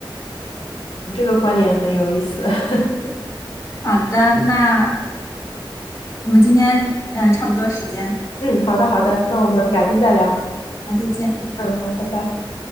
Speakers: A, on the left; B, on the left.
A: 你这个观点很有意思。<laughs>
B: 好的，那我们今天嗯、呃差不多时间。
A: 嗯，好的好的，那我们改天再聊。
B: 好，再见。
A: 嗯，好，拜拜。